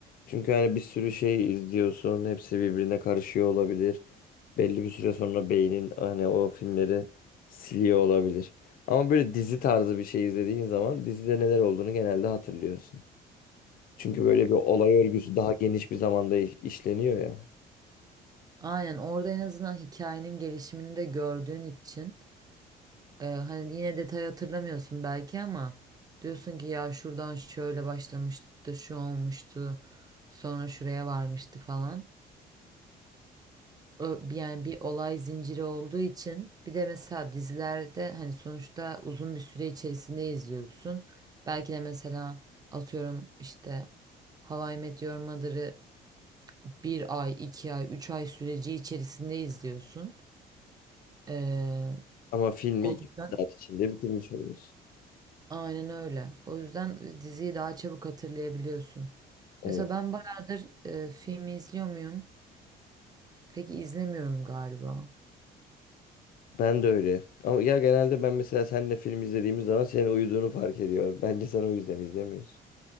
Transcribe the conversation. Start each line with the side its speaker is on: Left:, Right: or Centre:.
Left: Çünkü hani bir sürü şey izliyorsun. Hepsi birbirine karışıyor olabilir. belli bir süre sonra beynin hani o filmleri siliyor olabilir. Ama böyle dizi tarzı bir şey izlediğin zaman dizide neler olduğunu genelde hatırlıyorsun. Çünkü böyle bir olay örgüsü daha geniş bir zamanda iş- işleniyor ya.
Right: Aynen orada en azından hikayenin gelişimini de gördüğün için e, hani yine detayı hatırlamıyorsun belki ama diyorsun ki ya şuradan şöyle başlamıştı, şu olmuştu, sonra şuraya varmıştı falan. ö- bir- yani bir olay zinciri olduğu için bir de mesela dizilerde hani sonuçta uzun bir süre içerisinde izliyorsun. Belki de mesela atıyorum işte How I Met Your Mother'ı bir ay, iki ay, üç ay süreci içerisinde izliyorsun. Ee,
Left: Ama filmi
Right: o
Left: 2
Right: yüzden
Left: saat içinde bitirmiş oluyorsun.
Right: aynen öyle. O yüzden diziyi daha çabuk hatırlayabiliyorsun.
Left: Evet.
Right: Mesela ben bayağıdır e, film izliyor muyum? Peki izlemiyorum galiba.
Left: Ben de öyle. Ama ya genelde ben mesela seninle film izlediğimiz zaman senin uyuduğunu fark ediyorum. Bence sen o yüzden izlemiyorsun.